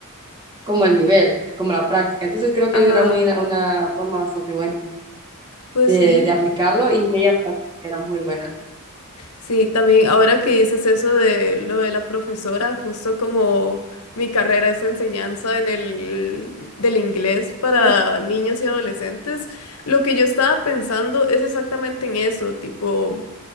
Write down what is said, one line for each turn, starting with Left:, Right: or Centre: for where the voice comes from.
Right: como el nivel, como la práctica. Entonces creo que
Left: ajá,
Right: era muy una, una forma bastante buena
Left: pues
Right: de,
Left: sí,
Right: de aplicarlo y ella era muy buena.
Left: sí, también ahora que dices eso de lo de la profesora, justo como mi carrera es enseñanza en el del inglés para
Right: Ah,
Left: niños y adolescentes, lo que yo estaba pensando es exactamente en eso, tipo,